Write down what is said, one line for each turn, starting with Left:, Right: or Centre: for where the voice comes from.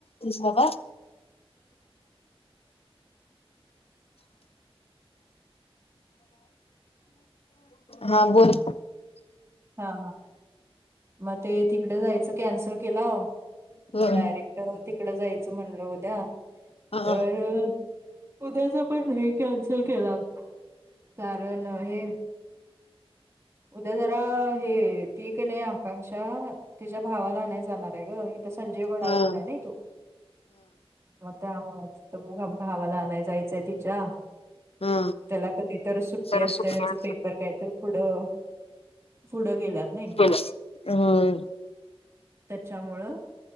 Left: बाबा <unintelligible> हा बोल
Right: हा मग ते तिकडें जायचं कॅन्सल केला
Left: होय
Right: मग डायरेक्ट तिकडं जायचं म्हणलं उद्या
Left: हा हा
Right: तर उद्याच पण नाही कॅन्सल केला कारण हे उद्या जरा हे ती का नाही आकांक्षा तिच्या भावाला नाही जाणार आहे ग तर संजय वडावातलाय
Left: हा
Right: नाही तो. मग त्यामुळे भावाला आणाय जायचंय तिच्या.
Left: हा.
Right: त्याला कधी तर सुट्टी
Left: जरा
Right: असते
Left: सुट्ट्या
Right: त्यांचं पेपर काय तर पुढं पुढं गेलात नाही
Left: गेला. होय
Right: त्याच्यामुळं